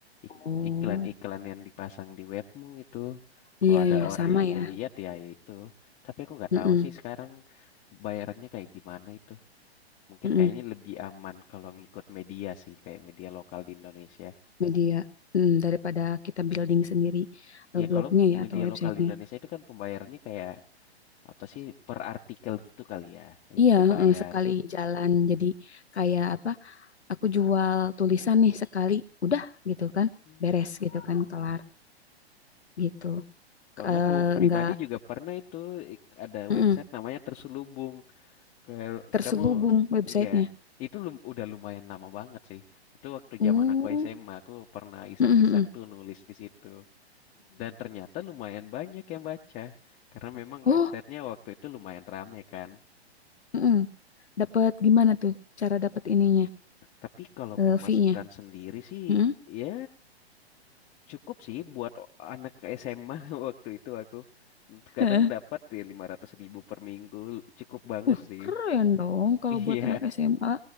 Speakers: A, on the left; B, on the left.
A: ik-
B: Oh,
A: iklan-iklan yang dipasang di webmu itu. Kalau
B: iya
A: ada
B: ya
A: orang
B: sama
A: yang
B: ya.
A: ngeliat ya ya itu. Tapi aku nggak
B: Mm-mm,
A: tahu sih sekarang bayarannya kayak gimana itu. Mungkin
B: mm-mm.
A: kayaknya lebih aman kalau ngikut media sih, kayak media lokal di Indonesia.
B: Media Mm, daripada kita building sendiri eh,
A: Iya,
B: blognya
A: kalau
B: ya
A: media
B: atau websitenya.
A: lokal Indonesia itu kan pembayarannya kayak apa sih per artikel gitu kali ya,
B: Iya,
A: dibayar.
B: eh, sekali jalan jadi kayak apa? Aku jual tulisan nih sekali, udah gitu kan,
A: Hmm.
B: beres gitu kan, kelar. gitu.
A: Soalnya
B: Eh,
A: aku pribadi
B: nggak
A: juga pernah itu ik- ada
B: mm-mm,
A: website namanya Terselubung. Kayak-
B: terselubung
A: Kamu,
B: websitenya.
A: iya, itu lum- udah lumayan lama banget sih. Itu waktu
B: Oh,
A: zaman aku SMA, aku pernah iseng-iseng
B: mm-mm, mm-mm,
A: tuh nulis di situ. Dan ternyata lumayan banyak yang baca, karena memang
B: Oh,
A: websitenya waktu itu lumayan rame kan.
B: mm-mm. Dapat gimana tuh cara dapat ininya,
A: Tapi kalau
B: eh,
A: pemasukan
B: fee-nya?
A: sendiri sih,
B: Mm-mm.
A: ya Cukup sih buat o- anak SMA <laughs> waktu itu aku. Kadang
B: Hah?
A: dapat ya lima ratus ribu per minggu. Cukup banget
B: Uh,
A: sih.
B: keren dong kalau
A: <laughs> Iya.
B: buat anak SMA.